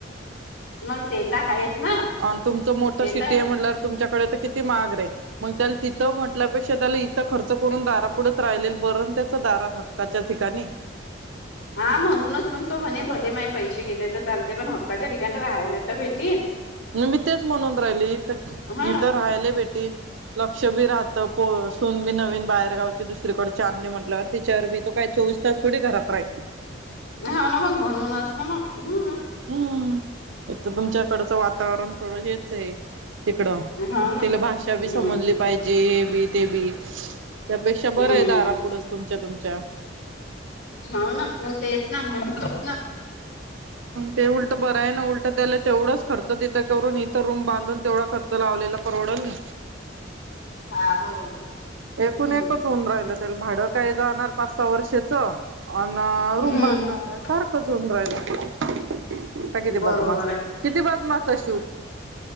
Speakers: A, on the left; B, on the right.
A: मग ते तर आहेच ना
B: अ तुमचं मोठं
A: ते
B: सिटी
A: तर
B: आहे म्हटल्यावर तुमच्याकडे तर किती महाग आहे मग त्या तिथं म्हटल्यापेक्षा त्याला इथं खर्च करून दारापुडच राहिलेल बरं त्याच दारात हक्काच्या ठिकाणी
A: हा म्हणूनच म्हणतो म्हणे भले माहित पैसे गेले तर चालते पण हक्काच्या ठिकाणी राहायला तरी भेटील
B: म मी तेच म्हणून राहिली इथ इथं
A: हा
B: राहायला भेटील लक्ष बी राहत हो सुन बी ना नवीन बाहेरगावची दुसरीकडची आणली म्हटल्यावर तिच्यावर बी तो काय चोवीस तास थोडी घरात राही
A: हाव ना मग म्हनूनच ना मग
B: हम्म एक तर तुमच्याकडचं वातावरण थोडं हेच आहे तिकडं
A: हो ना
B: तिला भाषा बी
A: हम्म
B: समजली पाहिजे हे बी ते बी त्यापेक्षा बरं
A: हम्म
B: आहे दारापुढंच तुमच्या तुमच्या
A: हो ना मग तेच ना म्हणूनच ना
B: ते उलट बरं आहे ना उलटं त्याला तेवढंच खर्च तिथं करून इथं रूम बांधून तेवढा खर्च लावलेला परवडल ना
A: हा बरोबर
B: एकूण
A: हम्म
B: एकच होऊन राहिलं त्याला भाड काय जाणार पाच सहा वर्षाच अन् रूम
A: हम्म
B: बांधणं काय सारखंच होऊन राहिल का किती
A: बरोबर
B: बदमास किती बदमास